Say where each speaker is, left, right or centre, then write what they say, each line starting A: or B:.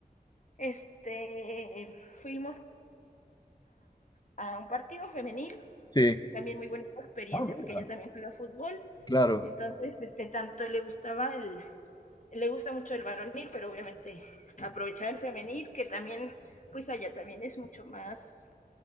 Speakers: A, on the left; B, on the left.
A: Este, fuimos a un partido femenil,
B: sí.
A: también muy buena experiencia
B: Ah, mira,
A: porque ella también juega fútbol,
B: claro.
A: entonces este tanto le gustaba el le gusta mucho el varonil, pero obviamente aprovechar el femenil que también pues allá también es mucho más